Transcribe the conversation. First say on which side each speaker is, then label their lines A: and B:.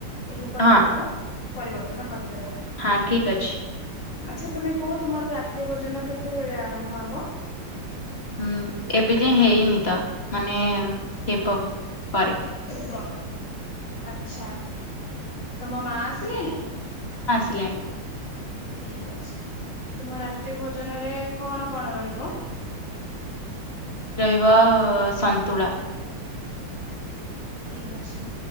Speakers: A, on the left (about 70°); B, on the left (about 25°).
A: ଏହି କଥାଟିକୁ
B: ହଁ
A: ପରିବର୍ତ୍ତନ କରିଦେବା।
B: ହଁ ଠିକ ଅଛି।
A: ଆଚ୍ଛା ତୁମେ କୁହ ତୁମର ରାତ୍ରି ଭୋଜନ କେତେବେଳେ ଆରମ୍ଭ ହବ।
B: ହଁ ଏବେ ଯାଏ ହେଇନି ତ ମାନେ ହେବ ପରେ
A: ହ ଆଛା ତମ ମା ଆସିଲେଣି।
B: <inaudible>
A: ଠିକ ଅଛି ତୁମ ରାତ୍ରି ଭୋଜନରେ କଣ କଣ ରହିବ?
B: ଅ ସନ୍ତୁଳା
A: ଠିକ ଅଛି